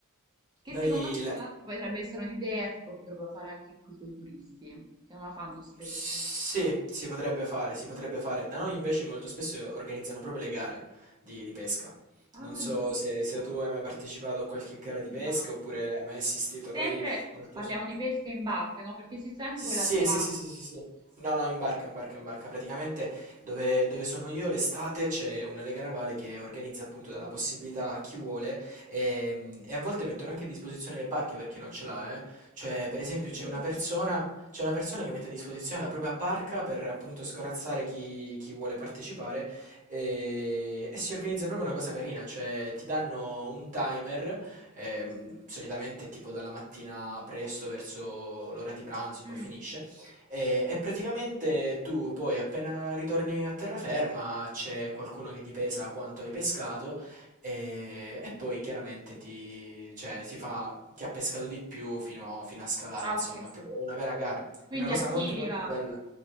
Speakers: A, on the right; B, on the right.
A: che
B: Noi
A: secondo me,
B: la-
A: tra l'altro, potrebbe essere un'idea, tipo potrebbero fare anche qui con i turisti, che non la fanno spesso.
B: Sì, si potrebbe fare, si potrebbe fare. Da noi invece molto spesso organizzano proprio le gare di, di pesca.
A: Ah,
B: Non so
A: addirittura.
B: se, se tu hai mai partecipato a qualche gara di pesca
A: No,
B: oppure hai mai assistito. Noi
A: sempre
B: molto...
A: parliamo di pesca in barca, no? Perché esiste anche
B: Sì,
A: quella subacquea.
B: sì, sì, sì, sì, sì. No, no, in barca, in barca, in barca. Praticamente dove, dove sono io l'estate c'è una lega navale che organizza appunto la possibilità a chi vuole ehm, e, a volte mettono anche a disposizione le barche per chi non ce l'ha, eh. Cioè, per
A: Ah,
B: esempio,
A: figurati.
B: c'è una persona, c'è una persona che mette a disposizione la propria barca per appunto scorazzare chi, chi vuole partecipare e, e si organizza proprio una cosa carina, cioè ti danno un timer ehm, solitamente tipo dalla mattina presto verso l'ora di pranzo,
A: Mm.
B: poi finisce. E, e praticamente tu poi appena ritorni a terraferma c'è qualcuno che ti pesa quanto hai pescato e, e poi chiaramente ti, cioè, si fa chi ha pescato di più fino, fino a scalare,
A: Ah,
B: insomma,
A: ok.
B: è proprio una vera gara,
A: Quindi
B: è una cosa
A: a chili
B: molto molto
A: va?
B: bella.